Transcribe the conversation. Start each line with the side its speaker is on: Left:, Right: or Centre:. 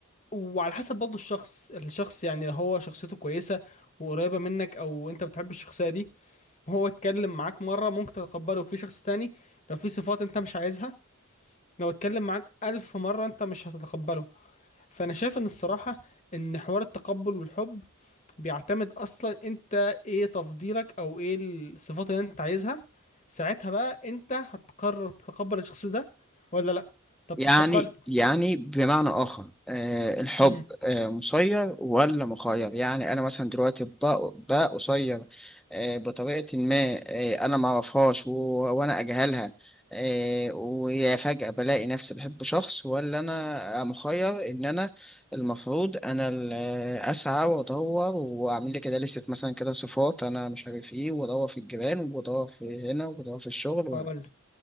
Left: وعلى حسب برضه الشخص الشخص يعني لو هو شخصيته كويسة وقريبة منك او انت بتحب الشخصية دي هو اتكلم معاك مرة ممكن تتقبله في شخص تاني لو في صفات انت مش عايزها لو اتكلم معاك ألف مرة انت مش هتتقبله فأنا شايف ان الصراحة ان حوار التقبل والحب بيعتمد أصلا انت ايه تفضيلك او ايه الصفات اللي انت عايزها ساعتها بقى انت هتقرر تتقبل الشخص ده ولا لأ طب
Centre: يعني
Left: تقبلته
Centre: يعني بمعنى آخر آه الحب
Left: امم
Centre: آه مسير ولا مخير يعني أنا مثلا دلوقتي بقى بقى قصير آه بطريقة ما آه أنا معرفهاش و- وأنا أجهلها آه ويا فجأة بلاقي نفسي بحب شخص ولا أنا مخير إن أنا المفروض أنا ال- آه، أسعى وأدور وأعمل لي كده لستة مثلا كده صفات أنا مش عارف إيه وأدور في الجيران وأدور في هنا وأدور في الشغل
Left: هقول